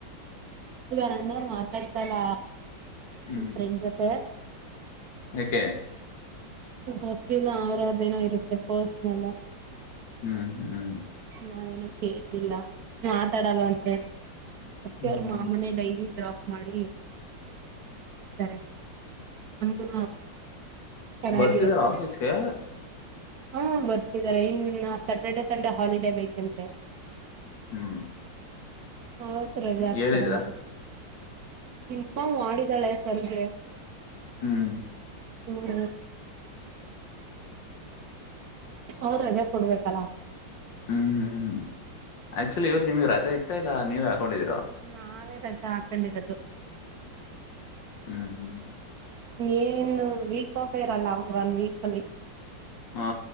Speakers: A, on the right (about 60°); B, on the left (about 75°).
A: ಈಗ ಅಣ್ಣ ಮಾತಾಡ್ತಲ್ಲ
B: ಹ್ಮ್
A: ನೆಂಡ್ ಜೊತೆ
B: ಏಕೆ
A: ಗೊತ್ತಿಲ್ಲ ಅವ್ರ ಅವರ್ದ ಏನೋ ಇರುತ್ತೆ ಪರ್ಸ್ನಲ್ಲ
B: ಹ್ಮ್ ಹ್ಮ್್ಮ್
A: ನಾವೇನ ಕೇಳಲಿಲ್ಲ ಮಾತಾಡಲ್ಲ ಅಂತೆ ಅೆ
B: ಹ್ಮ್
A: ಅವ್ರ ಮಾಮನ ಡೈರಿ ಡ್ರಾಪ್ ಮಾಡಿತಾರೆ ನಮಗು ಚೆನ್ನಾಗಿರುತ್ತೆ
B: ಬರ್ತಿದಾರ ಆಫೀಸ್ಗೆ
A: ಹಾ ಬರ್ತಿದ್ದಾರೆ ಇನ್ನ ಸ್ಯಾಟರ್ಡೆ ಸಂಡೇ ಹಾಲಿಡೇ ಬೇಕಂತೆ
B: ಹ್ಮ್
A: ಆೌತ್ ರಜೆ ಆಗ್ತಾರಂತೆ
B: ಹೇಳಿದ್ರ
A: ಇನ್ಫಾರ್ಮ್ ಮಾಡಿದಾಳೆ ಸರ್ಗೆ
B: ಹ್ಮ್
A: ಹ್ಮ ಅವ್ ರಜಾ ಕೊಡ್ಬೇಕಲ್ಲ
B: ಹ್ಮ್ ಹ್ಮ್ ಹ್ಮ್್ ಆಕ್ಚುಲಿ ಇವತ್ತು ನಿಮಗ್ಗೆ ರಜ ಇತ್ತಾ ಇಲ್ಲ ನೀವೇ ಹಾಕೊಂಡಿದೀರಿ
A: ನಾವೇ ರಜಾ ಆಕೊಂಡರುದು
B: ಹ್ಮ್ ಹ್ಮ್.
A: ಏನು ವೀಕ್ ಆಫ್ ಇರಲ್ಲ ಒನ್ ವೀಕಲ್ಲಿ.
B: ಹಾ